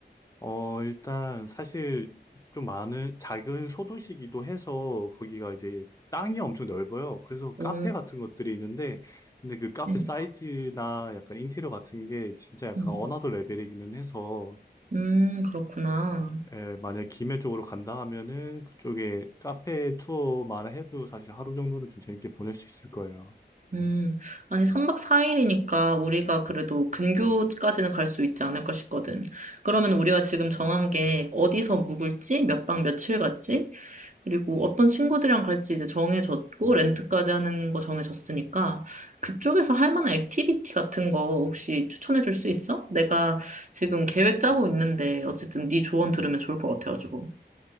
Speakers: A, on the left (about 20°); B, on the right (about 45°).
A: 어, 일단 사실 좀 많은 작은 소도시기도 해서 거기가 이제 땅이 엄청 넓어요. 그래서
B: 오,
A: 카페 같은 것들이 있는데 근데 그 카페
B: 음,
A: 사이즈나 약간 인테리어 같은 게 진짜 약간
B: 음,
A: 어나더 레벨이기는 해서
B: 음, 그렇구나.
A: 어, 에, 만약 김해 쪽으로 간다 하면은 그쪽에 카페 투어만 해도 사실 하루 정도는 좀 재밌게 보낼 수 있을 거예요.
B: 음, 아니, 3박 4일이니까 우리가 그래도 근교까지는 갈 수 있지 않을까 싶거든. 그러면 우리가 지금 정한 게 어디서 묵을지, 몇 박 며칠 갔지, 그리고 어떤 친구들이랑 갈지 이제 정해졌고, 렌트까지 하는 거 정해졌으니까, 그쪽에서 할 만한 액티비티 같은 거 혹시 추천해 줄 수 있어? 내가 지금 계획 짜고 있는데, 어쨌든 네 조언 들으면 좋을 것 같아가지고.